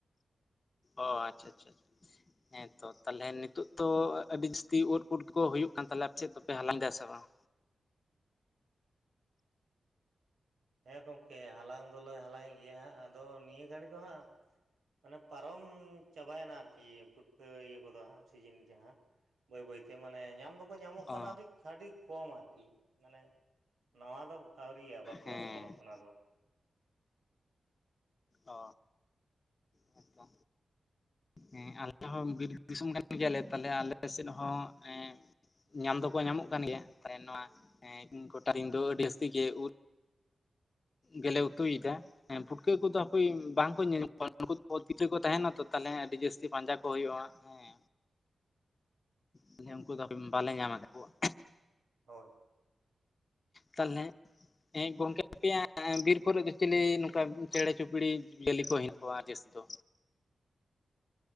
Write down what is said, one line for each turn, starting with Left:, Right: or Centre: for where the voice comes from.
Left: ᱚ ᱟᱪᱪᱷᱟ ᱟᱪᱪᱷᱟ᱾ ᱦᱮᱸ ᱛᱚ ᱛᱟᱦᱚᱞᱮ ᱱᱤᱛᱳ ᱛᱚ ᱟᱹᱰᱤ ᱡᱟᱹᱥᱛᱤ ᱳᱫᱽ ᱯᱩᱴᱠᱟᱹ ᱠᱚ ᱦᱩᱭᱩᱜ ᱠᱟᱱ ᱛᱟᱞᱮᱭᱟ ᱟᱯᱮ ᱥᱮᱫ ᱫᱚᱯᱮ ᱦᱟᱞᱟᱝᱫᱟ ᱥᱮ ᱵᱟᱝ?
Right: ᱦᱮᱸ ᱜᱚᱢᱠᱮ ᱦᱟᱞᱟᱝ ᱫᱚᱞᱮ ᱦᱟᱞᱟᱝ ᱮᱫ ᱜᱮᱭᱟ ᱦᱟᱸᱜ ᱟᱫᱚ ᱱᱤᱭᱟᱹ ᱜᱷᱟᱹᱲᱤ ᱫᱚ ᱦᱟᱸᱜ ᱢᱟᱱᱮ ᱯᱟᱨᱚᱢ ᱪᱟᱵᱟᱭᱮᱱᱟ ᱟᱨᱠᱤ ᱯᱩᱴᱠᱟᱹ ᱤᱭᱟᱹ ᱠᱚᱫᱚ ᱦᱟᱸᱜ ᱥᱤᱡᱤᱱ ᱡᱟᱦᱟᱸ᱾ ᱵᱟᱹᱭ ᱵᱟᱹᱭ ᱛᱮ ᱢᱟᱱᱮ ᱧᱟᱢ ᱫᱚᱠ ᱠᱚ ᱧᱟᱢᱚᱜ ᱠᱟᱱᱟ
Left: ᱚ
Right: ᱟᱹᱰᱤ ᱠᱷᱟᱹᱰᱤ ᱠᱚᱢ ᱟᱨᱠᱤ᱾ ᱢᱟᱱᱮ ᱱᱟᱣᱟ ᱫᱚ ᱟᱹᱣᱨᱤᱭᱟ᱾ ᱵᱟᱠᱚ
Left: ᱦᱮᱸ᱾
Right: ᱚᱢᱚᱱᱚᱜ ᱠᱟᱱᱟ ᱟᱫᱚ
Left: ᱚ ᱦᱮᱸ ᱛᱚ᱾ ᱦᱮᱸ ᱟᱞᱮ ᱦᱚᱸ ᱵᱤᱨ ᱫᱤᱥᱚᱢ ᱠᱟᱱ ᱜᱮᱭᱟᱞᱮ ᱛᱟᱞᱦᱮ ᱟᱞᱮ ᱥᱮᱫ ᱦᱚᱸ ᱮᱸ ᱧᱟᱢ ᱫᱚᱠᱚ ᱧᱟᱢᱚᱜ ᱠᱟᱱ ᱜᱮᱭᱟ ᱛᱟᱦᱮ ᱱᱚᱣᱟ ᱮᱸ ᱠᱴᱟ ᱫᱤᱱ ᱟᱹᱰᱤ ᱡᱟᱹᱥᱛᱤ ᱜᱮ ᱩᱫᱽ ᱜᱮᱞᱮ ᱩᱛᱩᱭᱮᱫᱟ᱾ ᱦᱮᱸ ᱯᱷᱩᱴᱠᱟᱹ ᱠᱚᱫᱚ ᱦᱟᱠᱚᱭ ᱵᱟᱝᱠᱚ ᱧᱮᱞᱧᱟᱢᱚᱜ ᱠᱟᱱᱟ᱾ ᱩᱱᱠᱩ ᱯᱤᱫᱽᱨᱟᱹ ᱠᱚ ᱛᱟᱦᱮᱱᱟ ᱛᱚ ᱛᱟᱦᱮ ᱟᱹᱰᱤ ᱡᱟᱹᱥᱛᱤ ᱯᱟᱸᱡᱟ ᱠᱚ ᱦᱩᱭᱩᱜᱼᱟ ᱦᱮᱸ᱾ ᱟᱮ ᱛᱟᱦᱞᱮ ᱩᱱᱠᱩ ᱫᱚ ᱦᱟᱯᱮ ᱵᱟᱞᱮ ᱧᱟᱢ ᱟᱠᱟᱫ ᱠᱚᱣᱟ᱾
Right: ᱦᱳᱭ᱾
Left: ᱛᱟᱞᱦᱮ, ᱦᱮᱸ ᱜᱚᱝᱠᱮ ᱟᱯᱮᱭᱟᱜ ᱵᱤᱨ ᱠᱚᱨᱮ ᱫᱚ ᱪᱤᱞᱤ ᱱᱚᱝᱠᱟ ᱪᱮᱬᱮ ᱪᱩᱯᱲᱤ ᱡᱤᱭᱟᱹᱞᱤ ᱠᱚ ᱦᱮᱱᱟᱜ ᱠᱚᱣᱟ ᱡᱟᱹᱥᱛᱤ ᱫᱚ?